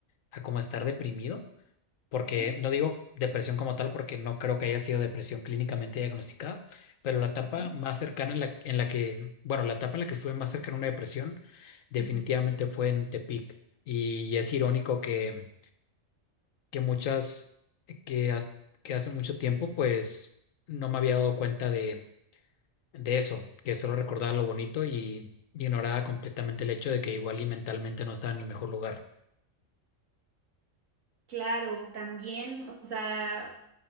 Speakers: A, on the left; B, on the right.
A: a como estar deprimido porque
B: Ujú,
A: no digo depresión como tal, porque no creo que haya sido depresión clínicamente diagnosticada, pero la etapa
B: ujú,
A: más cercana en la, en la que, bueno, la etapa en la que estuve más cercana a una depresión definitivamente
B: ujú.
A: fue en Tepic. Y es irónico que, que muchas, que, has- que hace mucho tiempo, pues no me había dado cuenta de, de eso, que solo recordaba lo bonito y ignoraba completamente el hecho de que igual y mentalmente no estaba en el mejor lugar.
B: Claro, también, o sea,